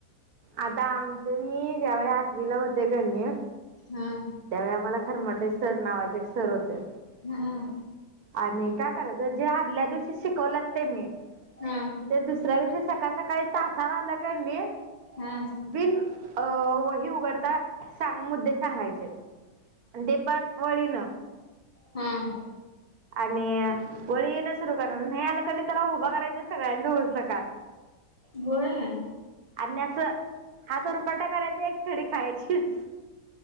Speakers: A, on the right (about 60°); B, on the left (about 20°).
A: आता आमच मी ज्यावेळी आठवीला होते कणी
B: हा
A: त्यावेळी आम्हाला खरं म्हटतय सर नावाचेच सर होते.
B: हम्.
A: आणि काय करायचं जे आदल्या दिवशी शिकवलंत तेनी.
B: हा
A: ते दुसऱ्या दिवशी सकाळ सकाळी तासाला आलं कनी.
B: हा
A: बिन अ वही उघडता का सांग मुद्दे सांगायचे आणि ते पण वळीन.
B: हम्म
A: आणि वळी न. सुरू करणंर नाही आलं कनी त्याला उभ करायचा सगळ्यांनच <unintelligible> काढ.
B: होय.
A: अ असं हात उरपाटा करायचा एक छडी खायचीच.